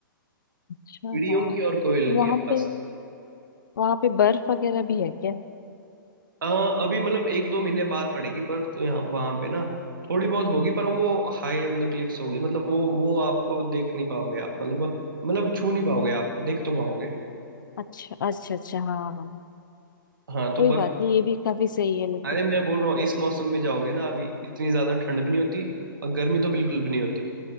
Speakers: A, on the left (about 65°); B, on the right (about 70°).
A: अच्छा
B: चिड़ियों
A: हाँ
B: की और कोयल
A: वहाँ
B: की आवाज
A: पे वहाँ पे बर्फ वगैरह भी है क्या
B: अ, अभी मतलब एक दो महीने बाद पड़ेगी बर्फ तो यहाँ वहां पे ना थोड़ी बहुत होगी पर वो हाई ऑन द क्लिफ्स होगी मतलब वो वो आपको देख नहीं पाओगे आप मतलब मतलब छू नहीं पाओगे आप देख तो पाओगे
A: अच्छा अच्छा अच्छा हाँ हाँ
B: हाँ तो
A: कोई
B: बर्फ
A: बात नहीं ये भी काफी सही है लेकिन
B: अरे मैं बोल रहा हूँ इस मौसम में जाओगे ना अभी इतनी ज्यादा ठंड भी नहीं होती और गर्मी तो बिल्कुल भी नहीं होती